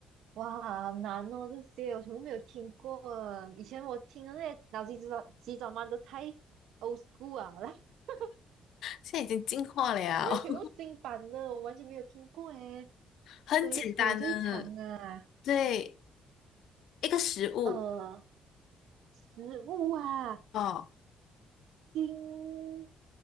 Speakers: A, on the right (about 85°); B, on the left (about 75°).
A: 哇，好难哦，这些我全部没有听过。以前我听的那些脑筋急转急转弯都太 old school 啊了，<laughs>
B: 现在已经进化了，
A: 这在全部新版的，我完全没有听过诶。
B: <laughs> 很简单的，
A: 谁的腿最长啊？
B: 对，一个食物
A: 呃，食物啊，
B: 哦，
A: 金